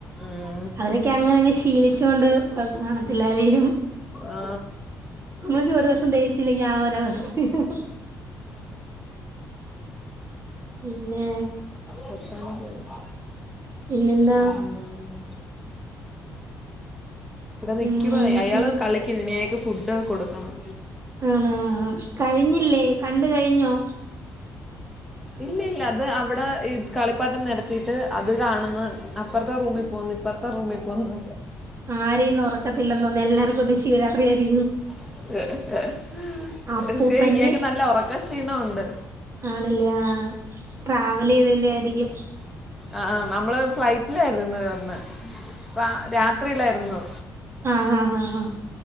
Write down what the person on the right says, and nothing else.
അവരൊക്കെ അങ്ങനെ അങ്ങ് ശീലിച്ചതു കൊണ്ട് കൊഴപ്പം കാണത്തില്ലായിരിക്കും.
നമ്മക്ക് ഒരു ദിവസം തേച്ചില്ലെങ്കിൽ ആ ഒരവസ്ഥയാ. പിന്നെ
പിന്നെന്താ
ഉം
ഉം
ആണാ ആ ആ കഴിഞ്ഞില്ലേ കണ്ടു കഴിഞ്ഞോ?
ആരെയിന്നും ഉറക്കത്തില്ലെന്ന് തോന്നും എല്ലാർക്കും ഇന്ന് ശിവരാത്രി ആയിരിക്കും
അപ്പൂപ്പന്റെ
ആണല്ലേ ആ ട്രാവൽ ചെയ്തെൻ്റെ ആയിരിക്കും
ആ ആ ആ ആഹ്